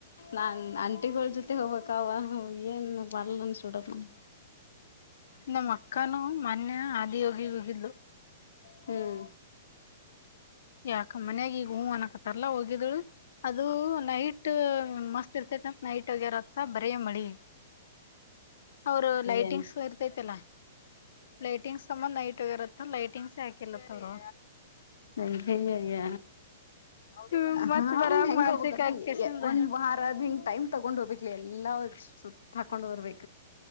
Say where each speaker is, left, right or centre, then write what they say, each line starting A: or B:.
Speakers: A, on the left (about 85°); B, on the left (about 60°).
A: ನಾನ್ ಅಂಟಿಗಳ ಜೊತೆ ಹೋಗ್ಬೇಕ್ ಅವ ಏನ್ ಬರ್ಲ್ಲನ್ಸುಬಿಟ್ಟತ್
B: ನಮ್ಮ ಅಕ್ಕನು ಮೊನ್ಯ ಅ ಎ ಹೋಗಿ ಹೋಗಿದ್ಲು
A: ಹ್ಮ್
B: ಯಾಕ ಮನ್ಯಾಗ ಈಗ ಹೂ ಅನ್ಕತಾರಲ್ಲ ಹೋಗಿದಳು ಅದು ನೈಟ್ ಮಸ್ತ್ ಇರ್ತೇತಿ ನೈಟ್ ಆಗ್ಯಾರತ್ತ ಬರಿ ಮಳಿ ಅವರು ಲೈಟಿಂಗ್ಸ್
A: ಏನ್
B: ಇರ್ತೈತಲ್ಲ ಲೈಟಿಂಗ್ಸ್ ಸಮ್ಮ ನೈಟ್ ಆಗ ಇರತ್ತ ಲೈಟಿಂಗ್ಸ್ ಹಾಕಿ ಎಲ್ಲತ್ತವ್ರ
A: ಅಯಯ್ಯಯ್ಯ
B: ಹ್ಮ್ ಮತ್
A: ಹಾ
B: ಬರಾಗ
A: ಹೆಂಗ
B: ಮಾನ್ಸಿಕ
A: ಹೋಗಬೇಕತ್ನ್
B: ಆಕ್ಯಸಿಂದ
A: ಒಂದ್ ವಾರ ಆದ ಹಿಂಗ್ ಟೈಮ್ ತಗೊಂಡ್ ಹೋಬೇಕ್ ಲೆ ಅಲ್ಲಿ ಲೌಡ್ ಸುತ್ತ ಹಾಕೊಂಡ್ ಬರ್ಬೇ